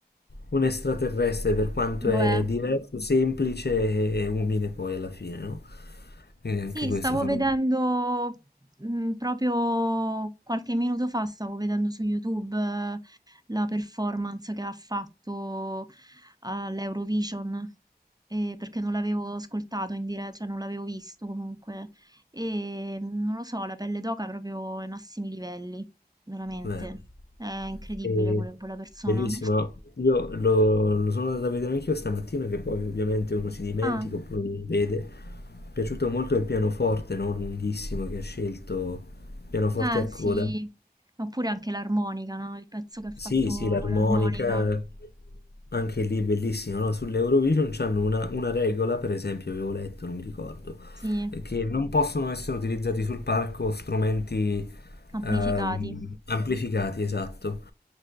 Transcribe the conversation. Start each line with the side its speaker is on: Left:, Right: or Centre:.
Left: un extraterrestre per quanto
Right: lo
Left: è
Right: è.
Left: diverso, semplice e umile poi alla fine, no? Quindi anche
Right: Sì,
Left: questo
Right: stavo
Left: sono
Right: vedendo mm, proprio qualche minuto fa, stavo vedendo su YouTube eh, la performance che ha fatto all'Eurovision, eh, perché non l'avevo ascoltato in diretta, cioè non l'avevo visto comunque. E mm, non lo so, la pelle d'oca è proprio ai massimi livelli, veramente.
Left: vero.
Right: È incredibile
Left: E-
Right: quella, quella persona.
Left: Bellissimo, io lo, lo sono andato a vedere anch'io stamattina che poi ovviamente uno si dimentica
Right: Ah,
Left: oppure non vede. Mi è piaciuto molto il pianoforte, no? Lunghissimo che ha scelto, pianoforte
Right: ah,
Left: a
Right: sì,
Left: coda.
Right: oppure anche l'armonica, no? Il pezzo che ha fatto
Left: Sì, sì, l'armonica,
Right: con l'armonica,
Left: anche lì è bellissimo, no? Sull'Eurovision c'hanno una, una regola, per esempio, avevo letto, non mi ricordo,
Right: sì.
Left: eh, che non possono essere utilizzati sul palco strumenti
Right: Amplificati.
Left: ehm, amplificati, esatto.